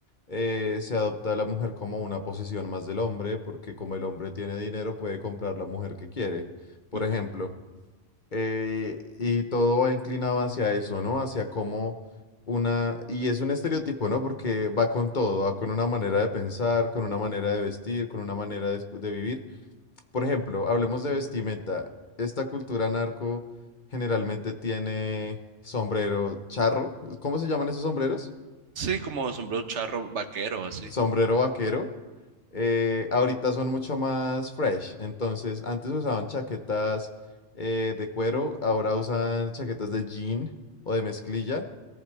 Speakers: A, on the left; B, on the right.
A: eh, se adopta a la mujer como una posesión más del hombre, porque como el hombre tiene dinero, puede comprar la mujer que quiere, por
B: Ujú.
A: ejemplo. Eh, y todo va inclinado hacia eso, ¿no? Hacia cómo una... Y es un estereotipo, ¿no? Porque va con todo, va con una manera de pensar, con una manera de vestir, con una manera de, escu- de vivir. Por ejemplo, hablemos de vestimenta. Esta cultura narco generalmente tiene sombrero charro. ¿Cómo se llaman esos sombreros?
B: Sí, como sombrero charro vaquero, así.
A: Sombrero vaquero. eh, ahorita son mucho más fresh. Entonces, antes usaban chaquetas eh, de cuero, ahora usan chaquetas de jean o de mezclilla